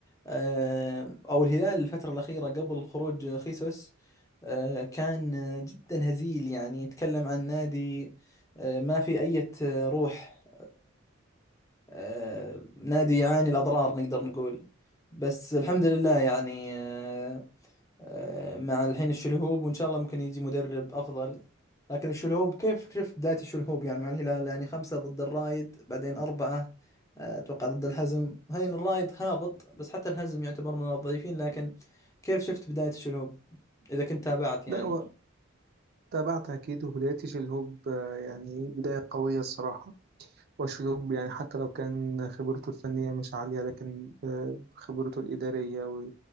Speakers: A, on the left; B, on the right.
A: آه، أو الهلال الفترة الأخيرة قبل خروج خيسوس آه، كان آه، جدا هزيل يعني يتكلم عن نادي آه، ما في أي روح آه، نادي يعاني الأضرار نقدر نقول بس الحمد لله يعني آه، آه، مع الحين الشلهوب وإن شاء الله ممكن يجي مدرب أفضل لكن الشلهوب كيف شفت بداية الشلهوب يعني مع الهلال يعني خمسة ضد الرايد بعدين أربعة آه، أتوقع ضد الحزم هاي الرايد هابط بس حتى الحزم يعتبر من الضعيفين لكن كيف شفت بداية الشلهوب إذا كنت تابعت يعني
B: لا هو تابعت أكيد وبداية شيل هوب آه، يعني إيه، بداية قوية الصراحة وأشلوب يعني حتى لو كان خبرته الفنية مش عالية لكن آه، خبرته الإدارية و-